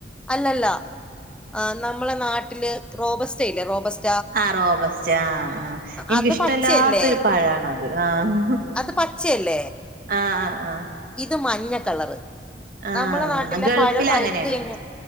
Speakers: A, in the centre; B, on the right.
A: അല്ലല്ല ആഹ് നമ്മളെ നാട്ടില് റോബസ്റ്റയില്ലേ റോബസ്
B: ആഹ് റോബസ്റ്റ് ആഹ് ആഹ് എനിക്ക്‌ഷ്ടല്ലാത്തൊരു
A: അത് പച്ചയല്ലേ
B: പഴാണത് ആഹ്
A: അത് പച്ചയല്ലേ?
B: ആഹ് ആഹ് ആഹ്
A: ഇത് മഞ്ഞ കളറ്
B: ആഹ്
A: നമ്മളെ നാട്ടിലെ
B: ഗൾഫിലങ്ങനേയാണ്
A: പഴം പഴുത്ത് കഴിഞ്ഞ